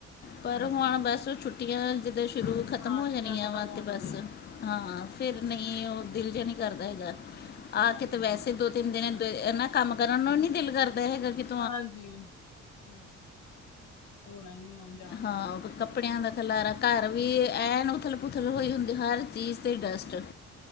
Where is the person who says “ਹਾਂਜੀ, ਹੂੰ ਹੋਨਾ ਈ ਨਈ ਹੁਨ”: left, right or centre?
Left